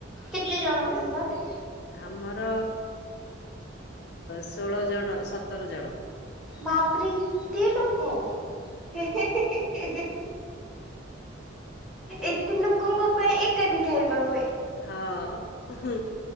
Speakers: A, in the centre; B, on the left.
A: କେତେ ଜଣ ମେମ୍ବର?
B: ଆମର ଷୋଳ ଜଣ ସତର ଜଣ।
A: ବାପରେ ଏତେ ଲୋକ। ହେ ହେ ହେ ଏତେ ଲୋକଙ୍କ ପାଇଁ ଏକାଠି ଖାଇିବା ହୁଏ।
B: ହଁ ହୁଁ